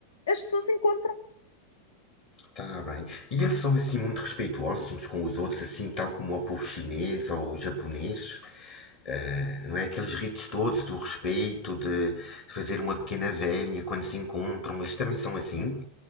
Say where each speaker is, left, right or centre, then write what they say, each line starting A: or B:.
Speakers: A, on the left (about 65°); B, on the left (about 45°).
A: as pessoas encontram.
B: Tá bem. E eles são assim muito respeitosos uns com os outros, assim tal como o povo chinês ou o japonês? Eh, não é? Aqueles ritos todos do respeito, de, de fazer uma pequena velha quando se encontram, eles também são assim?